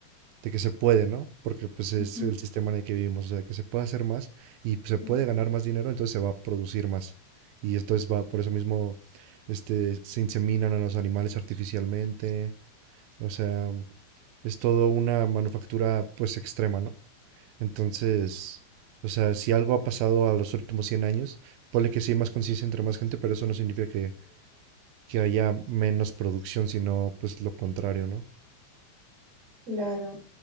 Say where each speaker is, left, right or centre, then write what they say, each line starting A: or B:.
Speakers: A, on the right; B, on the right.
A: de que se puede, ¿no? Porque pues es
B: Ujú.
A: el sistema en el que vivimos, o sea, que se puede hacer más y se
B: sí.
A: puede ganar más dinero, entonces se va a producir más. Y entonces va, por eso mismo, este, se inseminan a los animales artificialmente, o sea es todo una manufactura pues extrema, ¿no? Entonces, o sea, si algo ha pasado a los últimos 100 años, ponle que sí hay más conciencia entre más gente, pero eso no significa que, que haya menos producción, sino pues lo contrario, ¿no?
B: Claro.